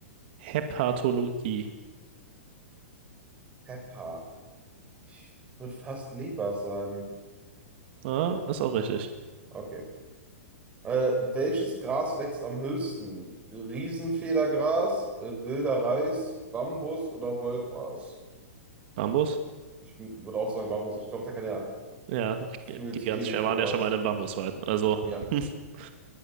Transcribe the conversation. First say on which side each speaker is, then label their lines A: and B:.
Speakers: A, on the right; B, on the right.
A: Hepatologie.
B: Heppa. Ich würde fast Leber sagen.
A: Ah, ist auch richtig.
B: Okay. Äh, welches Gras wächst am höchsten? Riesenfedergras, äh, wilder Reis, Bambus oder Wollgras?
A: Bambus?
B: Ich würde auch sagen Bambus. Ich glaube, da kann er
A: Ja,
B: gefühlt
A: g- gigantisch.
B: ewig
A: Wir
B: hochwachsen.
A: waren ja schon mal in einem Bambuswald. Also,
B: Ja,
A: <laughs>